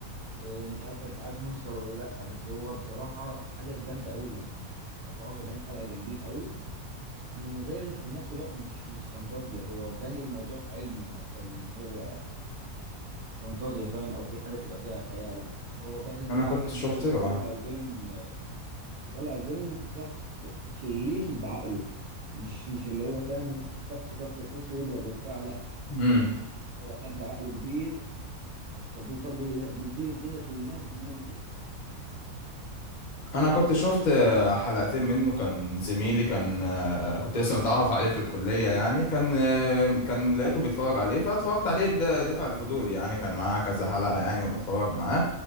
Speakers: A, on the right; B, on the left.
A: آه، مش عارف أنت عارف مونستر ولا لأ بس هو بصراحة حاجة جامدة أوي يعني 74 حلقة جامدين أوي من غير في نفس الوقت مش مش فانتازيا هو باني الموضوع علمي أكتر من إن هو فانتازيا فاهم أو في حاجة تبقى فيها خيال هو باني الموضوع
B: انا كنت
A: علمي
B: شفت
A: أوي مطلع
B: له اه
A: الفيلن مطلع الفيلن شخص شرير بعقله مش مش اللي هو فاهم طخ طخ وخش واضرب وبتاع لا
B: امم
A: هو حد عقله كبير فبيطبي- بيدير الدنيا كلها بدماغه
B: انا كنت شفت آه، حلقتين منه كان زميلي كان آه، كنت لسه متعرف عليه في الكليه يعني كان آه، كان لقيته بيتفرج عليه فاتفرجت عليه بدافع الفضول يعني كان معاه كذا حلقه يعني وبتفرج معاه